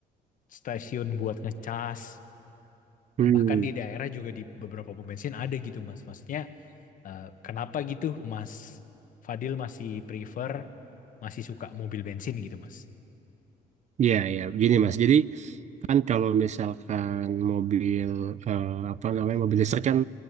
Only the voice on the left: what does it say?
stasiun buat ngecas.
Bahkan di daerah juga di beberapa pom bensin ada gitu Mas. Maksudnya Eh, kenapa gitu Mas Fadil masih prefer, masih suka mobil bensin gitu Mas?